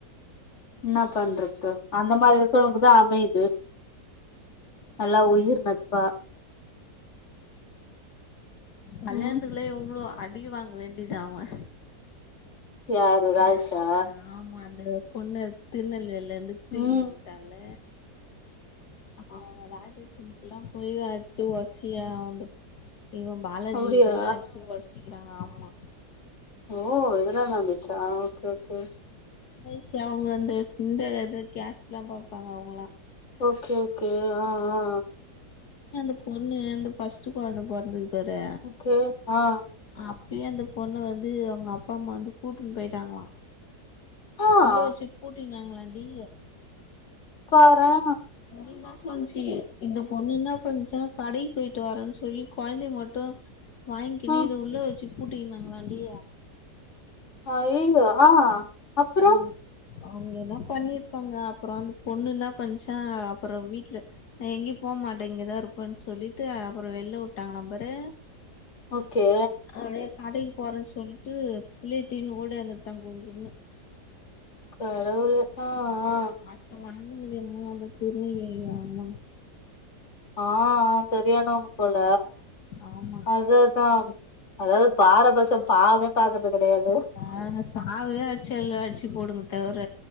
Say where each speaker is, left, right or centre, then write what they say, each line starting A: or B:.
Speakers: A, on the left; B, on the left.
A: இன்னா பண்றது அந்த மாரி இருக்குறவனுக்குதா அமையுது நல்லா உயிர் நட்பா
B: கல்யாணத்துக்குலா
A: ம்
B: எவ்ளோ அட் வட்டிக்கு வாங்க வேண்டியதா அவ
A: யாரு ராஜேஷா
B: ய ஆமா அந்த பொண்ணு திருநெல்வேல்ல இருந்து தூக்கினு
A: ம்
B: வந்ட்டான்ல ஆமா அவன ராஜேஷ் வீட்லலா போய் அடிச்சு ஒட்சு அவன்து இவன் பாலாஜி
A: அப்டியா
B: வீட்ட எல்லா அச்சு ஒச்சுகிறாங்க ஆமா
A: ஓ இதல்லா நடந்துச்சா ஓகே ஓகே
B: ச்சு அவுங்க இந்த இது கேஸ்ட்லா பாப்பாங்க அவுங்கல்லா
A: ஓகே ஓகே ஆ ஆ
B: ய அந்த பொண்ணு அந்த ஃபஸ்ட் கொழந்த பொறந்துது பாரு
A: ஓகே ஆ
B: அப்பயே அந்த பொண்ணு வந்து அவுங்க அப்பா அம்மா வந்து கூட்டுன்னு போயிட்டாங்களா
A: ஆ
B: உள்ளையே வச்சு பூட்டிந்தாங்ளா டீ
A: பாரே
B: முனிதா சொன்சி இந்த பொண்ணு இன்னா பன்சா கடைக் போய்ட்டு வரேன் சொல்லி கொழந்தய மட்டு வாங்கின்னு
A: ஆ
B: இத உள்ள வச்சு பூட்டிங்கினாங்களாண்டி
A: அய்யயோ ஆ அப்றோ
B: <inaudible> அவுங்க எல்லா பண்ணிருப்பாங்க அப்புற அந்த பொண்ணு இன்னா பண்ச்சா அப்புற வீட்ல நா எங்கேயு போ மாட்டே இங்கதா இருப்பன் சொல்லிட்டு அப்புற வெளில விட்டாங்களா பாரு
A: ஓகே
B: அப்டியே கடைக் போறேன் சொல்லிட்டு பிள்ளய தூக்கினு ஓடி ஆந்துட்டா குடுகுடுனு
A: கடவுளே ஆ
B: நால்
A: ஆ
B: மாசமா இருந் யம்மா அந்த திருநெல்வேலி யாமா
A: ஆ ஆ சரியானவங்க போல
B: ஆமா
A: அததா அதாவது பாரபட்சம் பாவமே பாக்றது கெடையாது
B: அ சாவயே அட்ச்சு எல்லா அட்ச்சு போடுனே தவிர